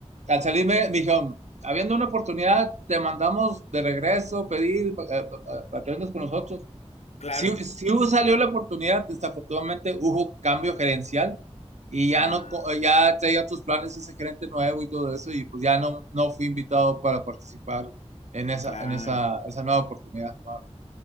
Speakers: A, on the right (about 75°); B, on the left (about 65°).
A: al salir me, me dijeron, habiendo una oportunidad, te mandamos de regreso pedir para que vengas con nosotros.
B: Claro.
A: Sí, sí hubo- salió la oportunidad, desafortunadamente hubo cambio gerencial y ya
B: Ah,
A: no, co- eh, ya traía otros planes ese gerente nuevo y todo eso y pues ya no, no fui invitado para participar en esa,
B: claro.
A: en esa, esa nueva oportunidad nuevamente.